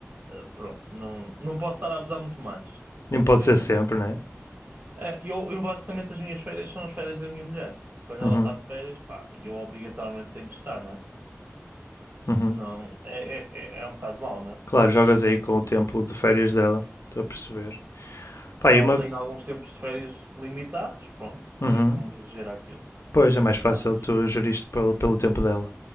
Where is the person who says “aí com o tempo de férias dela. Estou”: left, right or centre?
Left